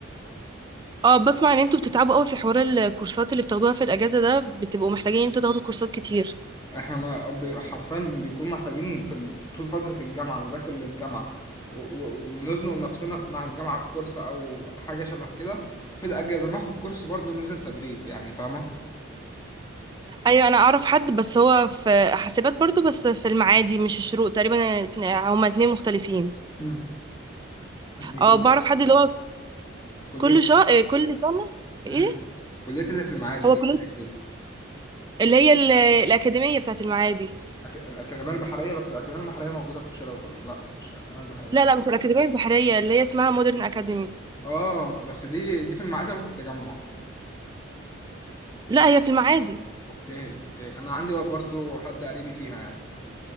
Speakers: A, on the right; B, on the left.
A: اه بسمع ان انتوا بتتعبوا قوي في حوار الكورسات اللي بتاخدوها في الاجازه ده بتبقوا محتاجين ان انتوا تاخدوا كورسات كتير
B: احنا ما... بي- حرفيا بيكون محتاجين في ال... طول فتره الجامعه نذاكر للجامعه و... و... ونزنق نفسنا مع الجامعه في كورس او حاجه شبه كده وفي الأجازة ناخد كورس برضه ننزل تدريب يعني فاهمة
A: ايوه انا اعرف حد بس هو في حاسبات برضو بس في المعادي مش الشروق تقريبا هما اتنين مختلفين
B: امم دي كل
A: اه بعرف حد اللي هو
B: كلية
A: كل شهر إيه كل سنة ايه
B: امم كلية اللي في المعادي
A: هو
B: دي
A: كل
B: بتاعت إيه؟
A: اللي هي ال- الأكاديمية بتاعت المعادي
B: أك... الأكاديمية البحرية بس الأكاديمية البحرية موجودة في شيراتون لا مش الأكاديمية البحرية
A: لا لا مش الأكاديمية البحرية اللي هي اسمها مودرن أكاديمي
B: اه بس دي دي في المعادي ولا في التجمع
A: لا هي في المعادي
B: اوكي اوكي انا عندي برضو حد قريبي فيها يعني